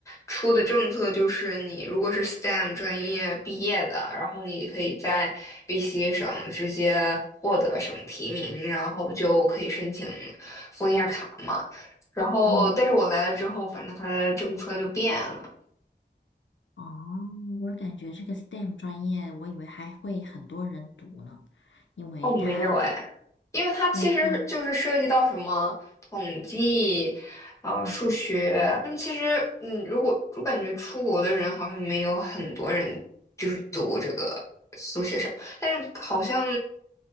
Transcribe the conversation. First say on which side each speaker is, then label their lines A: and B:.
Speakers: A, on the left (about 15°); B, on the left (about 85°).
A: 出的政策就是，你如果是 STEM 专业毕业的，然后你可以在 BC 省直接获得省提名，然后就可以申请枫叶卡嘛。然后，
B: 嗯，
A: 但是我来了之后，反正他的政策就变了，
B: 哦，我感觉这个 STEM 专业，我以为还会很多人读呢，因为它，
A: 哦，没有哎，因为它其实就是涉及到什么统计，
B: 因为它，
A: 呃，
B: 嗯，
A: 数学。那么其实，嗯，如果我感觉出国的人好像没有很多人就是读这个数学上，但是好像